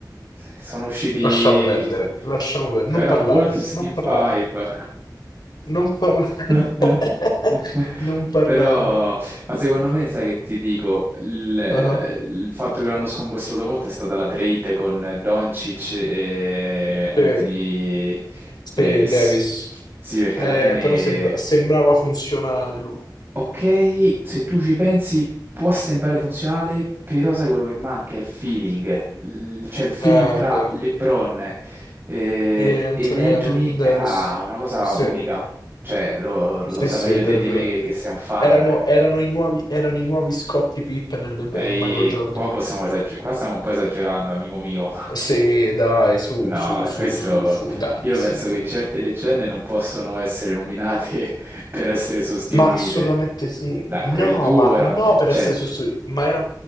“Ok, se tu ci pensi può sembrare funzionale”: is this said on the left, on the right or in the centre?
Right